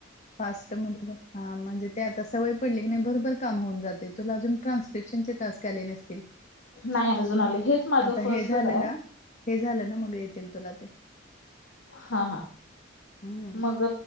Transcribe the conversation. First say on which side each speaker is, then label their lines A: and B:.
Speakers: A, on the left; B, on the left.
A: फास्ट मध्ये हा म्हणजे ते आता सवय पडली की नाही भरभर काम होऊन जाते तुला अजून ट्रान्स्क्रिप्शनचे टास्क आले नसतील.
B: नाही अजून आले हेच माझं
A: आता
B: फर्स्टच
A: हे झालं
B: आहे.
A: ना हे झालं ना मग येतील तुला ते.
B: हा हा
A: हम्म
B: मग